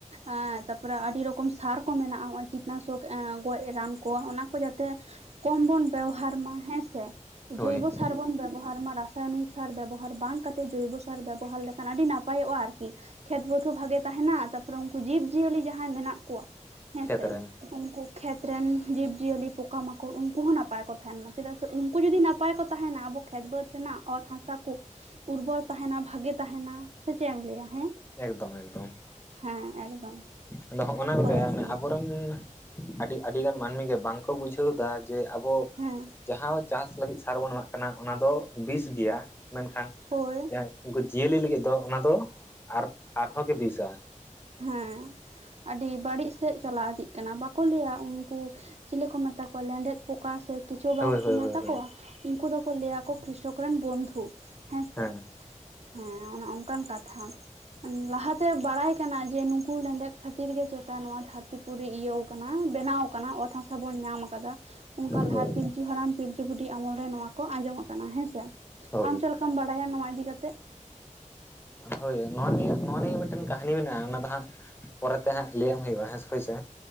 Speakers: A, on the right; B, on the left.
A: ᱮᱸᱜ ᱛᱟᱨᱯᱚᱨᱮ ᱟᱹᱰᱤ ᱨᱚᱠᱚᱢ ᱥᱟᱨ ᱠᱚ ᱢᱮᱱᱟᱜᱼᱟ ᱠᱤᱴᱱᱟᱥᱚᱠ ᱮ ᱜᱚᱡ ᱨᱟᱱ ᱠᱚ ᱚᱱᱟ ᱠᱚ ᱡᱟᱛᱮ ᱠᱚᱢ ᱵᱚᱱ ᱵᱮᱣᱦᱟᱨ ᱢᱟ ᱦᱮᱸᱥᱮ
B: ᱦᱳᱭ
A: ᱡᱳᱭᱵᱚ ᱥᱟ ᱥᱟᱨ ᱵᱚᱱ ᱵᱮᱵᱚᱦᱟᱨ ᱢᱟ ᱨᱟᱥᱟᱭᱚᱱᱤᱠ ᱥᱟᱨ ᱵᱮᱵᱚᱦᱟᱨ ᱵᱟᱝ ᱠᱟᱛᱮ ᱡᱚᱭᱵᱚ ᱥᱟᱨ ᱵᱮᱵᱚᱦᱟᱨ ᱞᱮᱠᱷᱟᱱ ᱟᱹᱰᱤ ᱱᱟᱯᱟᱭᱚᱜᱼᱟ ᱟᱨᱠᱤ, ᱠᱷᱮᱛ ᱵᱟ. ᱛ ᱦᱚᱸ ᱵᱷᱟᱜᱮ ᱛᱟᱦᱮᱸᱱᱟ ᱛᱟᱨᱯᱚ ᱨᱮ ᱩᱱᱠᱩ ᱡᱤᱵ ᱡᱤᱭᱟᱹᱞᱤ ᱡᱟᱦᱟᱸᱭ ᱢᱮᱱᱟᱜ ᱠᱚᱣᱟ, ᱦᱮᱸᱥᱮ
B: ᱠᱷᱮᱛ ᱨᱮᱱ
A: ᱩᱱᱠᱩ ᱠᱷᱮᱛ ᱨᱮᱱ ᱡᱤᱵᱽ ᱡᱤᱭᱟᱹᱞᱤ ᱯᱚᱠᱟ ᱢᱟᱠᱚᱲ ᱩᱱᱠᱩ ᱦᱚᱸ ᱱᱟᱯᱟᱭ ᱠᱚ ᱛᱟᱦᱮᱸᱱ ᱢᱟ ᱪᱮᱫᱟᱜ ᱥᱮ ᱩᱱᱠᱩ ᱡᱩᱫᱤ ᱱᱟᱯᱟᱭ ᱠᱚ ᱛᱟᱦᱮᱸᱱᱟ ᱟᱵᱚ ᱠᱷᱮᱛ ᱵᱟᱹᱫᱽ ᱨᱮᱱᱟᱜ ᱚᱛ ᱦᱟᱥᱟ ᱠᱩ ᱩᱨᱵᱚᱨ ᱛᱟᱦᱮᱸᱱᱟ ᱵᱷᱟᱜᱮ ᱛᱟᱦᱮᱸᱱᱟ ᱥᱮ ᱪᱮᱫ ᱮᱢ ᱞᱟᱹᱭᱟ, ᱦᱮᱸ
B: ᱮᱠᱫᱚᱢ ᱮᱠᱫᱚᱢ
A: ᱦᱮᱸ ᱮᱠᱫᱚᱢ
B: ᱟᱫᱚ ᱦᱚᱸᱜᱼᱱᱟ ᱠᱚᱜᱮ
A: ᱦᱳᱭ ᱟᱨᱠᱤ
B: ᱚᱱᱮ ᱟᱵᱚ ᱴᱟᱝ ᱟᱹᱰᱤ ᱟᱹᱰᱤ ᱜᱟᱱ ᱢᱟᱹᱱᱢᱤ ᱜᱮ ᱵᱟᱝᱠᱚ ᱵᱩᱡᱷᱟᱹᱣ ᱫᱟ ᱡᱮ ᱟᱵᱚ
A: ᱦᱮᱸ
B: ᱡᱟᱦᱟᱸ ᱪᱟᱥ ᱞᱟᱹᱜᱤᱫ ᱥᱟᱨ ᱵᱚᱱ ᱮᱢᱟᱜ ᱠᱟᱱᱟ ᱚᱱᱟ ᱫᱚ ᱵᱤᱥ ᱜᱮᱭᱟ ᱢᱮᱱᱠᱷᱟᱱ
A: ᱦᱳᱭ
B: ᱡᱟᱦᱟᱸ ᱩᱱᱠᱩ ᱡᱤᱭᱟᱹᱞᱤ ᱞᱟᱹᱜᱤᱫ ᱫᱚ ᱚᱱᱟ ᱫᱚ ᱟᱨ ᱟᱨᱦᱚᱸ ᱜᱮ ᱵᱤᱥᱟ
A: ᱦᱩᱸ ᱟᱹᱰᱤ ᱵᱟᱹᱲᱤᱡ ᱥᱮᱫ ᱪᱟᱞᱟᱣ ᱤᱫᱤᱜ ᱠᱟᱱᱟ ᱵᱟᱠᱚ ᱞᱟᱹᱭᱟ ᱩᱱᱠᱩ ᱪᱤᱞᱤ ᱠᱚ ᱢᱮᱛᱟ ᱠᱚᱣᱟ ᱞᱮᱸᱰᱮᱫ ᱯᱚᱠᱟ ᱥᱮ ᱠᱮᱸᱪᱳ
B: ᱦᱳᱭ
A: ᱵᱟᱠᱚ
B: ᱦᱳᱭ
A: ᱢᱮᱛᱟ
B: ᱦᱳᱭ ᱦᱳᱭ
A: ᱠᱚᱣᱟ ᱩᱱᱠᱩ ᱫᱚᱠᱚ ᱞᱟᱹᱭᱟᱠᱚ ᱠᱨᱤᱥᱚᱠ ᱨᱮᱱ ᱵᱚᱱᱫᱷᱩ ᱦᱮᱸᱥᱮ
B: ᱦᱮᱸ
A: ᱦᱮᱸ ᱚᱱᱮ ᱚᱱᱠᱟᱱ ᱠᱟᱛᱷᱟ ᱞᱟᱦᱟᱛᱮ ᱵᱟᱲᱟᱭ ᱠᱟᱱᱟ ᱡᱮ ᱱᱩᱠᱩ ᱞᱮᱸᱰᱮᱫ ᱠᱷᱟᱹᱛᱤᱨ ᱜᱮ ᱪᱮᱛᱟ ᱱᱚᱣᱟ ᱫᱷᱟᱨ ᱫᱷᱟᱨᱛᱤ ᱯᱩᱨᱤ ᱤᱭᱟᱹᱣ ᱠᱟᱱᱟ ᱵᱮᱱᱟᱣ ᱟᱠᱟᱱᱟ ᱚᱛ ᱦᱟᱥᱟ ᱵᱚᱱ ᱧᱟᱢ ᱟᱠᱟᱫᱟ ᱚᱱᱠᱟ
B: ᱦᱳᱭ
A: ᱞᱟᱦᱟ ᱯᱤ ᱯᱤᱞᱪᱩ ᱦᱟᱲᱟᱢ ᱯᱤᱞᱪᱩ ᱵᱩᱰᱷᱤ ᱟᱢᱚᱞ ᱨᱮ ᱱᱚᱣᱟ ᱠᱚ ᱟᱸᱡᱚᱢ ᱟᱠᱟᱱᱟ ᱦᱮᱸᱥᱮ
B: ᱦᱳᱭ
A: ᱟᱢ ᱪᱮᱫ ᱞᱮᱠᱟᱢ ᱵᱟᱲᱟᱭᱟ ᱱᱚᱣᱟ ᱤᱫᱤ ᱠᱟᱛᱮᱜ
B: ᱦᱳᱭ ᱱᱚᱣᱟ ᱱᱤᱭᱟᱹ ᱱᱚᱣᱟ ᱱᱤᱭᱟᱹ ᱢᱤᱫᱴᱟᱝ ᱠᱟᱹᱦᱱᱤ ᱢᱮᱱᱟᱜᱼᱟ ᱚᱱᱟ ᱫᱚ ᱦᱟᱸᱜ ᱯᱚᱨᱮ ᱛᱮ ᱦᱟᱸᱜ ᱞᱟᱹᱭᱟᱢ ᱦᱩᱭᱩᱜᱼᱟ ᱦᱳᱭ ᱥᱮ